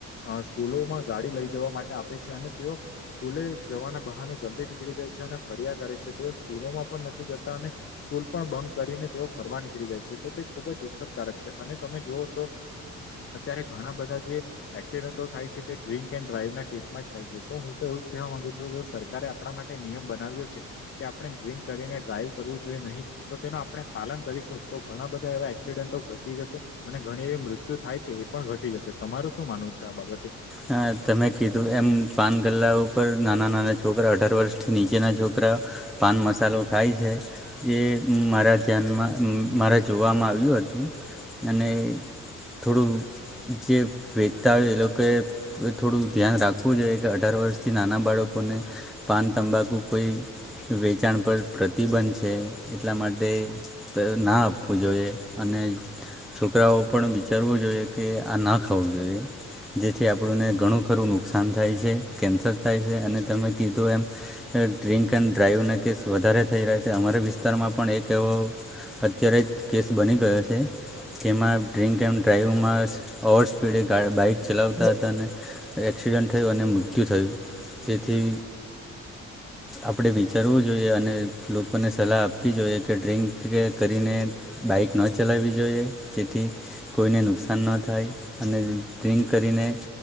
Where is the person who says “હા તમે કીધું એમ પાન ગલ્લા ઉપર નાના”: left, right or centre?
Centre